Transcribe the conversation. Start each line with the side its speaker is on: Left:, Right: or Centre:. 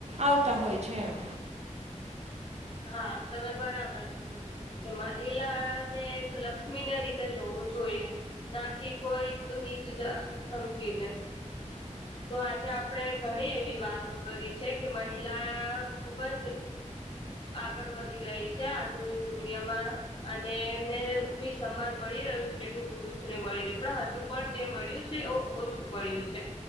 Right: આવતા હોય છે. એમ
Left: હા તમે બરાબર કીધું. એ મહિલા ને એક લક્ષ્મી ના રીતે જોવું જોઈએ. નાખ કોઈક નીચ જા સમજીને તો આજે આપણે ઘણી એવી વાતો કરી છે કે મહિલા ખુબ જ આગળ વધી રહી છે આધુનિક દુનિયામાં અને એમને ભી સન્માન મળી રહ્યો છે જેટલું પુરુષને મળી રહે્યું પણ હજુ. પણ જે મળ્યું છે એ ઓછું મળ્યું છે.